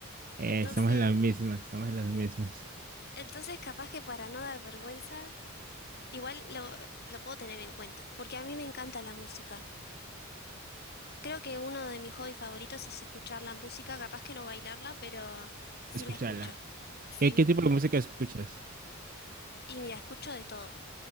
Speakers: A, on the right (about 40°); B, on the left (about 45°).
A: Eh,
B: Entonces,
A: estamos en las mismas, estamos en las mismas.
B: entonces capaz que para no dar vergüenza, igual lo, lo puedo tener en cuenta, porque a mí me encanta la música. Creo que uno de mis hobbies favoritos es escuchar la música, capaz que no bailarla, pero sí
A: Escucharla.
B: la escucho, sí.
A: ¿Qué, qué tipo de música escuchas?
B: Y mira, escucho de todo.